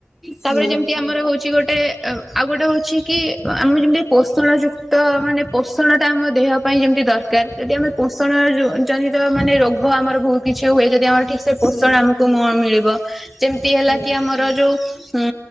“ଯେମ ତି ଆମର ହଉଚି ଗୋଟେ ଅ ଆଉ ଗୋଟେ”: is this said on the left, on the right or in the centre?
Centre